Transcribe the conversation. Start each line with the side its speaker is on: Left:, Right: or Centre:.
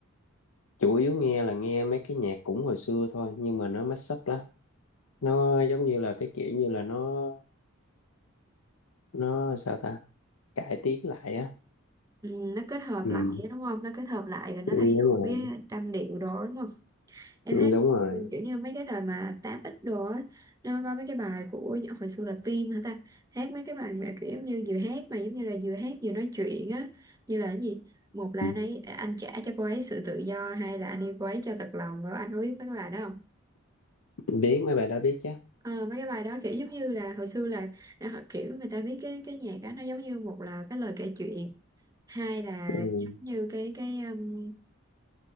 Left: chủ yếu nghe là nghe mấy cái nhạc cũng hồi xưa thôi nhưng mà nó mashup lắm nó giống như là cái kiểu như là nó nó sao ta cải tiến lại á
Right: Ừ, nó kết hợp
Left: ừ.
Right: lại đúng không nó kết hợp lại rồi nó
Left: ừ,
Right: thay
Left: đúng rồi
Right: đổi trăm điệu đó đúng không em
Left: Ừ,
Right: thấy
Left: đúng rồi
Right: kiểu như mấy cái thời mà tám x đồ á nó có mấy cái bài của hồi xưa là Tim hả ta hát mấy cái bài mà kiểu như vừa hát mà giống như là vừa hát vừa nói chuyện á như là cái gì một là
Left: Ừ.
Right: anh ấy à, anh trả cho cô ấy sự tự do hai là anh yêu cô ấy cho thật lòng rồi anh có biết mấy cái bài đó không
Left: biết mấy bài đó biết chứ
Right: Ờ, mấy cái bài đó kiểu giống như là hồi xưa là là họ kiểu người ta viết cái cái nhạc á nó giống như một là cái lời kể chuyện hai là
Left: ừ.
Right: giống như cái cái um,